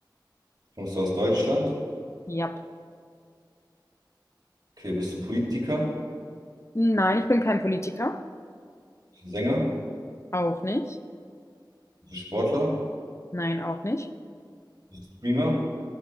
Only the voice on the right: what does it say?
Kommst du aus Deutschland?
Okay, bist du Politiker?
Bist du Sänger?
Bist du Sportler?
Bist du Streamer?